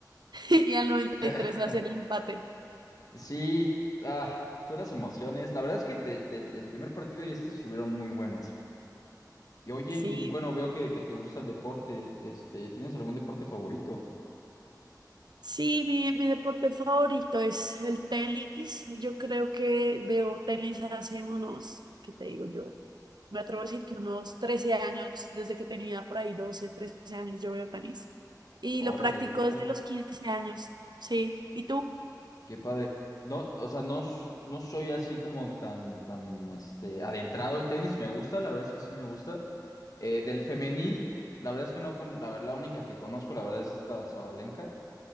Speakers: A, on the right (about 75°); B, on the left (about 55°).
A: <laughs> y al 93
B: <laughs>
A: hacer el empate.
B: Sí, ah, puras emociones. La verdad es que de- del el primer partido y este estuvieron muy buenos. Y oye,
A: Sí,
B: y bueno, veo que, que te gusta el deporte. Este, ¿tienes algún deporte favorito?
A: Sí, mi, mi deporte favorito es el tenis. Yo creo que veo tenis hace unos, ¿qué te digo yo? Me atrevo a decir que unos 13 años, desde que tenía por ahí 12 13 años, yo veo tenis. Y
B: Órale,
A: lo practico
B: qué padre.
A: desde los 15 años. Sí. ¿Y tú?
B: Qué padre. No, o sea, no, s- no soy así como tan, tan, este, adentrado al tenis. Me gusta, la verdad es que sí me gusta. Eh, del femenil, la verdad es que no con, la, la única que conozco, la verdad es esta Sabalenka.